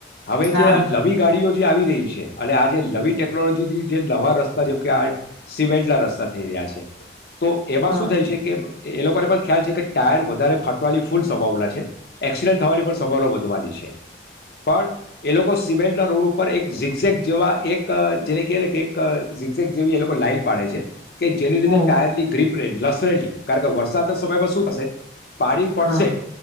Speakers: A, on the left (about 55°); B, on the right (about 80°).
A: હવે
B: હા
A: જે લવી ગાડીઓ આવી રહી છે અને આ જે નવી ટેકનોલોજીથી જે નવા રસ્તા જે આ સિમેન્ટના રસ્તા થઈ રહ્યા છે. તો એવા
B: હા
A: શું થાય છે કે એ લોકો ને પણ ખ્યાલ છે કે ટાયર વધારે ફાટવાની ફૂલ સંભાવના છે એક્સિડન્ટ થવાની પણ સંભાવના વધવાની છે પણ એ લોકો સિમેન્ટના રોડ ઉપર એક ઝિકઝેક જેવા એક જે કે કે એક ઝિકઝેક જેવી એ લોકો લાઈન પાડે છે. કે જેની લીધે
B: હમ
A: ટાયરલી ગ્રીપ રસજ <unintelligible> કારણ કે વરસાદના સમયમાં શું થશે પાણી પડશે,
B: હા